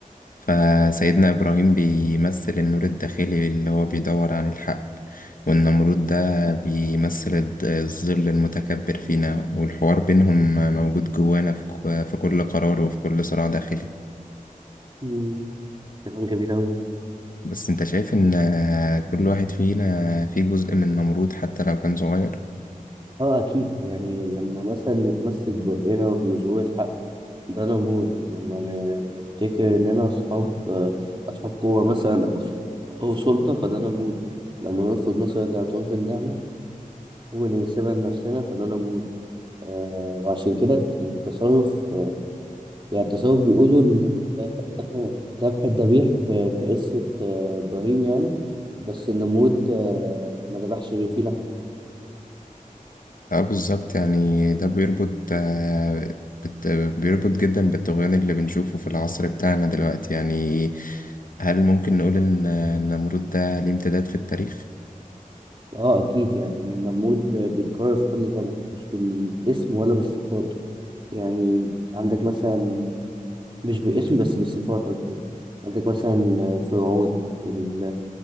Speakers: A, on the left (about 75°); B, on the right (about 35°).
A: فسيدنا إبراهيم بيمثل النور الداخلي اللي هو بيدور عن الحق والنمرود ده بيمثل الض- الظل المتكبر فينا والحوار بينهم موجود جوانا في ك- في كل قرار وفي كل صراع داخلي
B: امم كلام جميل أوي
A: بس انت شايف ان آه، كل واحد فينا فيه جزء من نمرود حتى لو كان صغير
B: اه اكيد يعني لما مثلا نتمسك برأينا وبنظهور الحق ده انا موت لما ن- نفتكر اننا اصحاب اصحاب قوه مثلا او س- او سلطه فده انا موت لما نرفض مثلا الاعتراف بالنعمه وننسبها لنفسنا فده انا موت آه وعشان كده التصرف يعني التصرف بيقولوا ان آه، <clears throat> ذبح الذبيح في في قصه آه ابراهيم يعني بس النمرود آه ما ذبحش غير فيه لحمه
A: اه بالظبط يعني ده بيربط آه، بت- بيربط جدا بالطغيان اللي بنشوفه في العصر بتاعنا دلوقتي يعني هل ممكن نقول ان آه، النمرود ده ليه امتداد في التاريخ؟
B: اه اكيد يعني النمود بيتكرر في كل زمن مش بالاسم ولا بالصفات يعني عندك مثلا مش باسم بس بالصفات قصدي يعني. عندك مثلا فرعون ال-